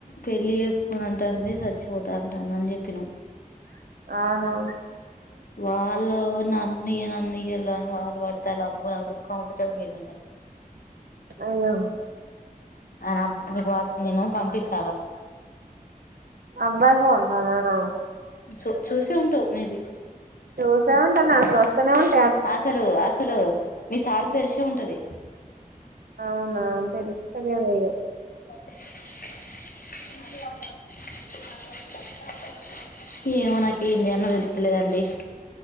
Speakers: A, on the left (about 70°); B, on the right (about 80°).
A: పెళ్లి చేసుకొను అంటంది చచ్చిపోతా అంటాందని చెప్పి నువ్
B: ఆహా
A: వాళ్ళు నన్ను నన్నకిళ్ళని వాళ్ళు పడతారు అబ్బు నాకు దుఃఖం ఒకటే మీద ఉన్నది
B: అయ్యో
A: అ నీకు నేను పంపిస్తా
B: అబ్బాయి ఫోన్ లోనేనా
A: చూ చూసే ఉంటావు మేబి
B: చూసే ఉంటానా చూస్తూనే ఉంటాను
A: అసలు అసలు మీ సార్కు తెలిసే ఉంటది
B: అవునా అంతలి సతగద లేదు
A: <unintelligible> ఏమో నాకు ఏం చేయాలో తెలుతాలేదండి